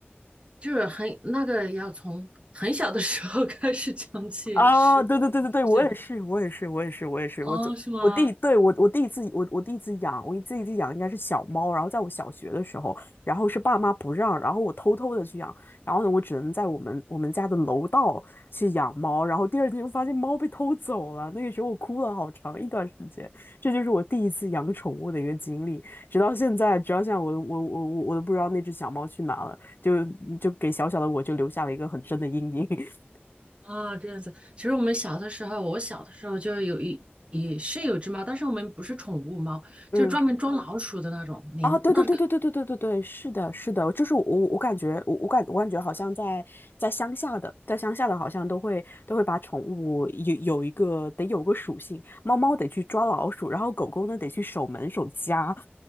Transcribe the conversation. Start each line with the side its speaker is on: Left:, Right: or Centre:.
Right: 就是很那个要从很小的时候 <laughs> 开始讲起失败。
Left: 啊，对对对对对，我也是，
Right: 对，
Left: 我也是，我也是，我也是，
Right: 哦，
Left: 我走，
Right: 是吗？
Left: 我第对我我第一次我我第一次养，我第一次养应该是小猫，然后在我小学的时候，然后是爸妈不让，然后我偷偷的去养，然后呢，我只能在我们我们家的楼道去养猫，然后第二天就发现猫被偷走了，那个时候我哭了好长一段时间，这就是我第一次养宠物的一个经历，直到现在，直到现在我我我我我都不知道那只小猫去哪了，就就给小小的我就留下了一个很深的阴影，<laughs>
Right: 啊，这样子。其实我们小的时候，我小的时候就有一也是有只猫，但是我们不是宠物猫，
Left: 嗯
Right: 就是专门装老鼠的那种，连那个。
Left: 啊，对对对对对对对对对，是的，是的，就是我我感觉我我感我感觉好像在在乡下的，在乡下的好像都会都会把宠物有有一个得有个属性，猫猫得去抓老鼠，然后狗狗呢得去守门守家，